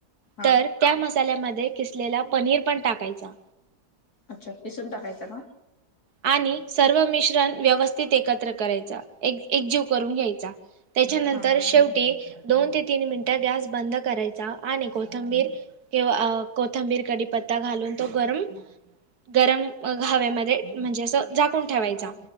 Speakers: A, on the left (about 65°); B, on the right (about 65°).
A: हा
B: तर. त्या मसाल्यामध्ये खिसलेला पनीर पण टाकायचा.
A: अच्छा पिसून टाकायच का?
B: आणि सर्व मिश्रण व्यवस्थित एकत्र करायच एक एकजीव करून घ्यायचा. त्याच्यानंतर
A: हा
B: शेवटी दोन ते तीन मिनिटं गॅस बंद करायचा आणि कोथंबीर. किंवा कोथंबीर कडीपत्ता घालून तो गरम गरम हवेमध्ये म्हणजे असं जाकून ठेवायचा.